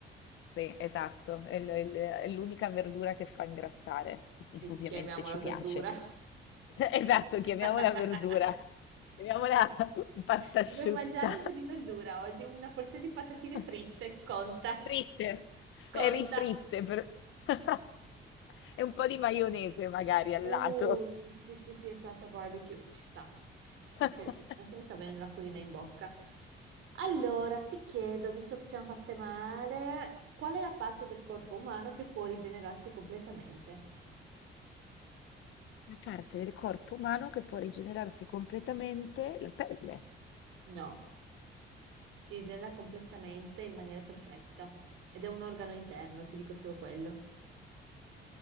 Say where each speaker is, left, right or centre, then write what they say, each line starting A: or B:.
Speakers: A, on the left; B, on the right.
A: Sì, esatto, è, l- è l- è l'unica verdura che fa ingrassare, che <laughs>
B: eh,
A: ovviamente
B: chiamiamola
A: ci
B: verdura.
A: piace. <laughs> Esatto, chiamiamola
B: <laughs>
A: verdura, chiamiamola <laughs> pasta asciutta.
B: Devo mangiare un po' di verdura oggi, una porzione di patatine
A: <laughs>
B: fritte, conta,
A: Fritte,
B: conta.
A: e rifritte, per- <laughs> e un po' di maionese magari al
B: Uh,
A: lato.
B: sì, sì, sì, sì, è salsa barbecue, ci sta.
A: <laughs>
B: Ok, adesso mi sta venendo l'acquolina in bocca. Allora, ti chiedo, visto che ci hanno fatte male, qual è la parte del corpo umano che può rigenerarsi completamente?
A: La parte del corpo umano che può rigenerarsi completamente la pelle.
B: No. Si rigenera completamente in maniera perfetta ed è un organo interno, ti dico solo quello.